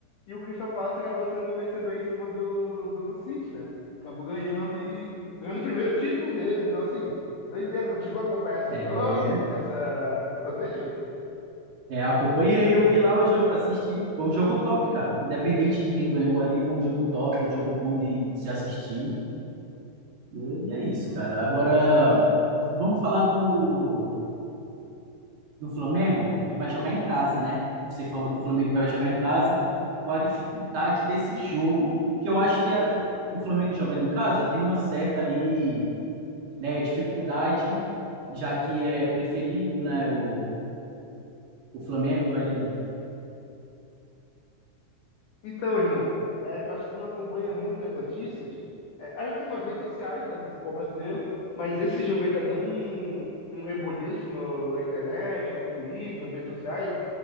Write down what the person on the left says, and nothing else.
E o Crystal Palace acabou sendo o vencedor em cima do, do City, né? Acabou ganhando e ganhando o primeiro título deles. Então, assim, doideira, não chegou a acompanhar esse
jogo, essa, esse torneio?
Então, irmão, é que eu acho que tu não acompanha muito as notícias. É, a gente tem nas redes sociais, né, do futebol brasileiro, mas esse jogo aí tá dando um, um reboliço no, na internet, no Twitter, nas redes sociais,